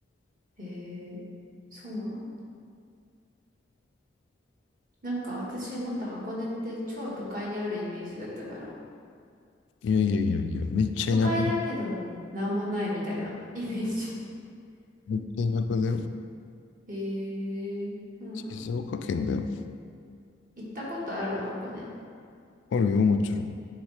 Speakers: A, on the right; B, on the left.
A: へえ、そうなのなんか私もっと箱根って超都会にあるイメージだったから。
B: いやいやいやいや、めっちゃ田舎だよ。
A: 都会だけど、なんもないみたいなイメージ。
B: めっちゃ田舎だよ。
A: <laughs> へえ、そうなの
B: 静岡県だよ。
A: 行ったことある箱根。
B: あるよ、もちろん。